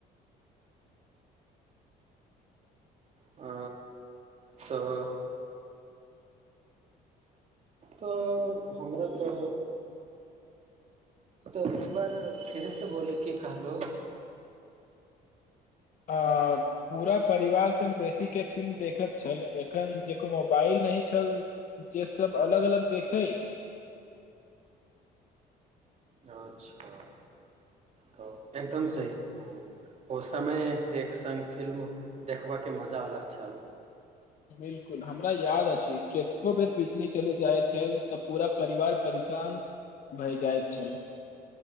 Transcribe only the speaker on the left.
आ पूरा परिवार संग बेसीके फिल्म देखैत छल एखन जेको मोबाइल नहि छल जे सब अलग अलग देखे
बिलकुल हमरा याद अछि कतको बेर बिछली चल जाइत छल तऽ पूरा परिवार परेशान भइ जाय छल